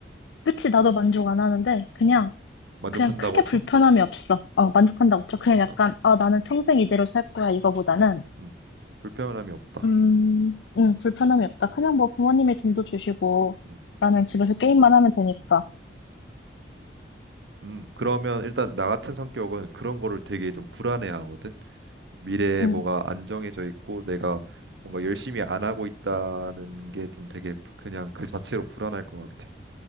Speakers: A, on the left; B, on the right.
A: 그치, 나도 만족 안 하는데, 그냥,
B: 어, 만족한다고
A: 그냥 크게 불편함이
B: 쳐?
A: 없어. 어,
B: 어.
A: 만족한다고 쳐. 그냥 약간,
B: 아.
A: 아, 나는 평생 이대로 살 거야, 이거보다는.
B: 음, 불편함이 없다.
A: 음, 음, 불편함이 없다. 그냥 뭐 부모님이 돈도 주시고,
B: 음,
A: 나는 집에서 게임만 하면 되니까.
B: 음, 그러면 일단 나 같은 성격은 그런 거를 되게 좀 불안해하거든. 미래에
A: 음,
B: 뭐가 안정해져 있고 내가 뭔가 열심히 안 하고 있다는 게 좀 되게 부- 그냥 그 자체로 불안할 것 같아.